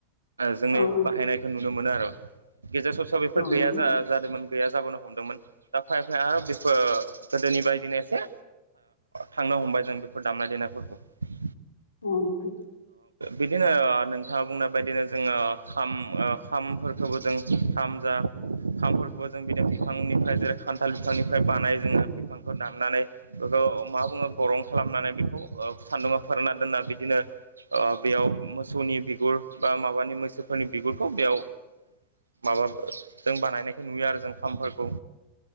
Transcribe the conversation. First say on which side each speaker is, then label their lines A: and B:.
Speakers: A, on the right; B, on the left.
A: जोंनि
B: औ नोंथां औ नोंथां औ
A: बाहायनायखौ नुनो मोनो आरो गेजेर ससेायाव बेफोर गैया
B: नोंथां
A: जादोंमोन गैया जाबोनो हमदोंमोन दा फैयै फैयै आरो बेफोर गोदोनि बायदिनो एसे ओ थांनो हमबाय जों बेफोर दामनाय देनायफोरखौ अ
B: औ नोंथां
A: बिदिनो ओ बिदिनो नोंथाङा बुंनाय बायदिनो जोङो खाम खामफोरखौबो जों खाम जा खामफोरखौबो जों बिदिनो बिफांनिफ्राय जेरै खान्थाल बिफांनिफ्राय बानाय जोङो बिफांखौ दाननानै अ अ मा बुङो गरं खालामनानै बेखौ सान्दा फोरना दोन्ना बिदिनो बेयाव मोसौनि बिगुर बा माबानि मैसोफोरनि बिगुरखौ बेयाव। माबा जों बानायनायखौ नुयो आरो जों खामफोरखौ।